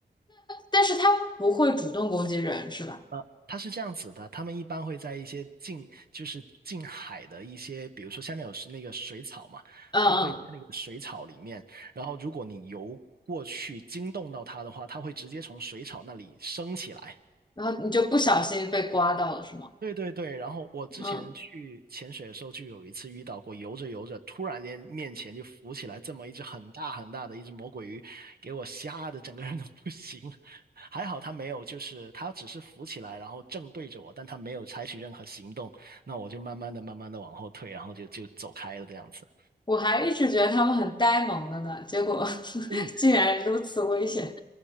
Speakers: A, on the left; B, on the right.
A: 但是它不会主动攻击人，是吧？
B: 呃，它是这样子的，他们一般会在一些近，就是近海的一些，比如说下面有是那个水草嘛，
A: 嗯嗯，
B: 它会在那个水草里面，然后如果你游过去惊动到它的话，它会直接从水草那里升起来。
A: 然后你就不小心被刮到了，是吗？
B: 对对对，然后我之前去潜水的时候，
A: 嗯，
B: 就有一次遇到过，游着游着，突然间面前就浮起来这么一只很大很大的一只魔鬼鱼，给我吓得整个人都不行了。<laughs> 还好它没有，就是它只是浮起来，然后正对着我，但它没有采取任何行动。那我就慢慢的、慢慢的往后退，然后就就走开了这样子。
A: 我还一直觉得它们很呆萌的呢，结果 <laughs>
B: 嗯，
A: 竟然如此危险。